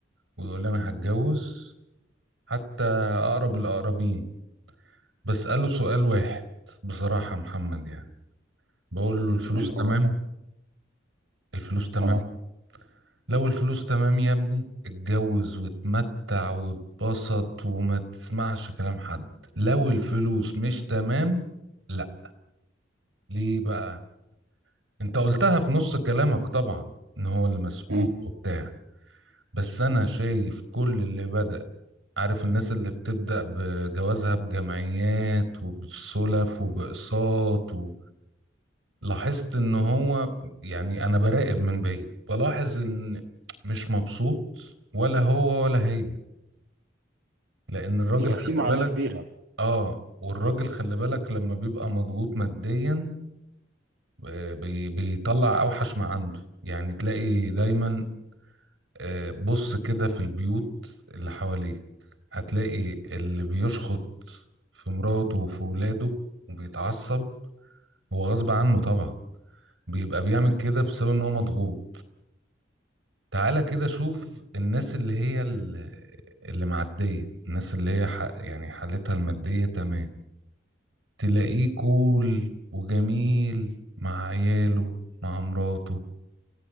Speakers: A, on the right; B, on the right.
A: ويقول لي انا هتجوز حتى اقرب الاقربين بسأله سؤال واحد بصراحة يا محمد يعني بقول له الفلوس
B: اللي
A: تمام
B: هو
A: الفلوس تمام
B: اه
A: لو الفلوس تمام يا ابني اتجوز واتمتع واتبسط وما تسمعش كلام حد لو الفلوس مش تمام لا ليه بقى انت قلتها في نص كلامك طبعا ان هو اللي مسؤول
B: مم.
A: وبتاع بس انا شايف كل اللي بدأ عارف الناس اللي بتبدأ بجوازها بجمعيات وبالسلف وبأقساط و... لاحظت ان هو يعني انا براقب من بعيد بلاحظ ان مش مبسوط ولا هو ولا هي لان الراجل
B: يبقى
A: خلي
B: في معاناة
A: بالك
B: كبيرة
A: اه والراجل خلي بالك لما بيبقى مضغوط ماديا آه، بي بيطلع اوحش ما عنده يعني تلاقي دايما آه، بص كده في البيوت اللي حواليك هتلاقي اللي بيشخط في مراته وفي ولاده وبيتعصب هو غصب عنه طبعا بيبقى بيعمل كده بسبب ان هو مضغوط تعالى كده شوف الناس اللي هي ال- اللي معدية الناس اللي هي ح... يعني حالتها المادية تمام تلاقيه كول وجميل مع عياله مع مراته